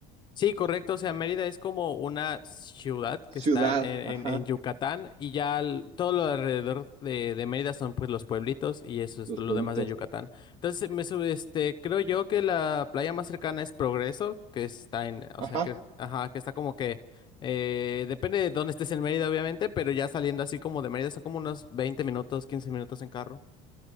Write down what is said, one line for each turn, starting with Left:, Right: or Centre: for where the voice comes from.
Left: Sí, correcto. O sea, Mérida es como una ciudad que
Right: Ciudad,
Left: está en, en-
Right: ajá,
Left: en Yucatán y ya al- todo lo alrededor de, de Mérida son pues los pueblitos y eso es
Right: los
Left: lo
Right: pueblitos,
Left: demás de Yucatán. Entonces, me, su- este, creo yo que la playa más cercana es Progreso, que está en, o
Right: ajá.
Left: sea, que, ajá, que está como que, eh, depende de dónde estés en Mérida, obviamente, pero ya saliendo así como de Mérida son como unos 20 minutos, 15 minutos en carro.